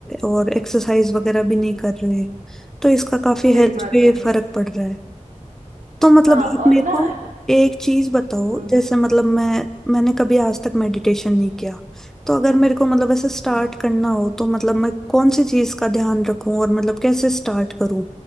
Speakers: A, in the centre; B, on the right.
A: और एक्सरसाइज वगैरह भी नहीं कर रहे तो इसका काफी
B: सही
A: हेल्थ
B: बात
A: पे
B: है
A: फर्क पड़ रहा है तो मतलब
B: हाँ
A: आप
B: और
A: मेरे
B: ना
A: को एक चीज बताओ
B: हम्म,
A: जैसे मतलब मैं मैंने कभी आज तक मेडिटेशन नहीं किया तो अगर मेरे को मतलब ऐसे
B: अच्छा
A: स्टार्ट करना हो तो मतलब मैं कौन सी चीज का ध्यान रखूं और मतलब कैसे स्टार्ट करूं